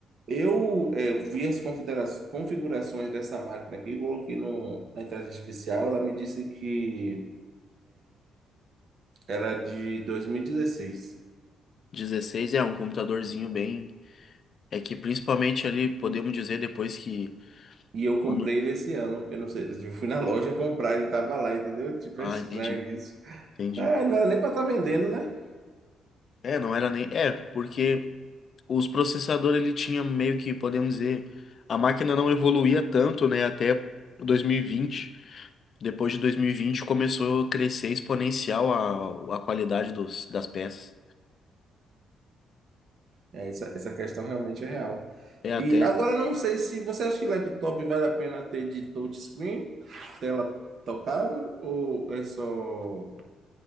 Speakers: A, on the right; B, on the left.
A: Eu eh, vi as confidera- configurações dessa máquina aqui, coloquei no, na inteligência artificial, ela me disse que era de 2016 e dezesseis.
B: 16 é um computadorzinho bem. É que principalmente ali, podemos dizer depois que.
A: E eu
B: Quando...
A: comprei ele esse ano. Eu não sei, eu fui na loja comprar, ele tava lá, entendeu? Tipo,
B: Ah,
A: é estranho
B: entendi,
A: isso.
B: entendi.
A: Ah, não era nem para estar vendendo, né?
B: É, não era nem. É, porque os processadores ele tinha meio que, podemos dizer, a máquina não evoluía tanto, né, até 2020. Depois de 2020 começou a crescer exponencial a, a qualidade dos, das peças.
A: É, essa, essa questão realmente é real.
B: É até.
A: E agora eu não sei se você acha que laptop vale a pena ter de touchscreen, tela tocável, ou é só,